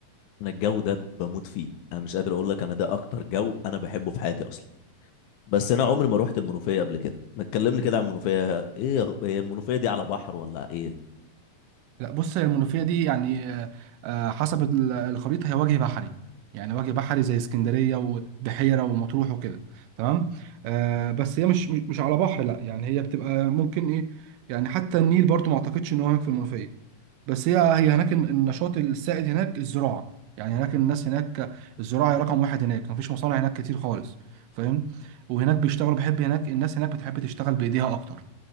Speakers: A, on the left; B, on the right.
A: انا الجو ده بموت فيه انا مش قادر اقول لك انا ده اكتر جو انا بحبه في حياتي اصلا بس انا عمري ما روحت المنوفيه قبل كده ما تكلمني كده عن المنوفيه ايه يا غ- هي المنوفيه دي على بحر ولا ايه
B: لا بص هي المنوفية دي يعني آه، آه، حسب ال- الخريطة هي وجه بحري يعني وجه بحري زي اسكندرية وبحيرة ومطروح وكده تمام آه بس هي مش مش مش على بحر لا يعني هي بتبقى ممكن ايه يعني حتى النيل برضو ما اعتقدش ان هو هناك في المنوفية بس هي هي هناك الن- النشاط السائد هناك الزراعة يعني هناك الناس هناك الزراعة هي رقم واحد هناك مفيش مصانع هناك كتير خالص فاهم وهناك بيشتغلوا بحب هناك الناس هناك بتحب تشتغل بإيديها أكتر